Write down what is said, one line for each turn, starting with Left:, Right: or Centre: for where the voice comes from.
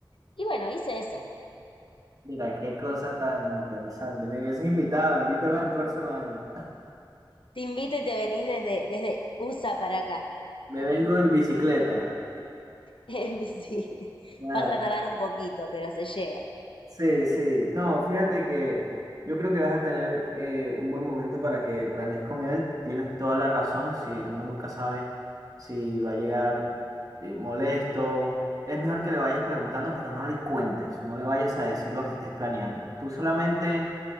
Left: Y bueno, hice eso.
Right: Mira, qué cosa tan interesante. Me hubieses invitado, invítame el próximo año.
Left: Te invito y te venís desde, desde USA para acá.
Right: <laughs> Me vengo en bicicleta.
Left: <laughs> En bici.
Right: Nada.
Left: Vas a tardar un poquito, pero se llega.
Right: Sí, sí. No, fíjate que yo creo que vas a tener eh, un buen momento para que planees con él. Tienes toda la razón. Si uno nunca sabe si va a llegar eh, molesto, es mejor que le vayas preguntando, pero no le cuentes, no le vayas a decir lo que estés planeando. Tú solamente